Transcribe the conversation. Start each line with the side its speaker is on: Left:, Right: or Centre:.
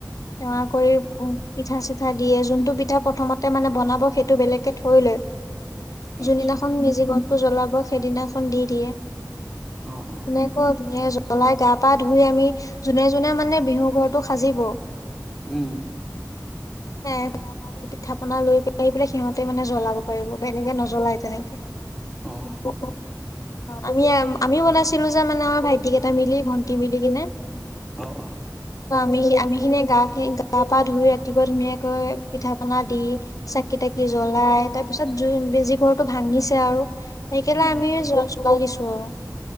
Left: সেৱা কৰি পিঠা-চিঠা দিয়ে। যোনটো পিঠা প্ৰথমতে মানে বনাব সেইটো বেলেগকে থৈ লয়।
Centre: আচ্ছা
Left: যোনদিনাখন মেজি ঘৰটো জ্বলাব, সেইদিনাখন দি দিয়ে।
Centre: অঁ অঁ
Left: এনেকৈ যোনে জ্বলাই গা-পা ধুই আমি যোনে-যোনে মানে বিহু ঘৰটো সাজিব
Centre: উম'
Left: এ গা-পা ধুই পিঠা পনা লৈ, লৈ পেলাই সিহঁতে মানে জ্বলাব পাৰিব। বেলেগে ন জ্বলাই তেনেকে।
Centre: অ'হ
Left: অ আমি আমিও বনাইছিলোঁ যে মানে আমাৰ ভাইটি কেইটা মিলি, ভন্টি মিলি কেনে।
Centre: অ অ'হ
Left: অ আমি, আমি খিনি গা কি গা-পা ধুই ৰাতিপুৱা বৰ ধুনীয়াকৈ পিঠা পনা দি চাকি-তাকি জ্বলাই, তাৰপিছত জুই মেজি ঘৰটো ভাঙিছে আৰু। সেই কেনে
Centre: অঁ
Left: আমি জ্বলাই দিছো আৰু।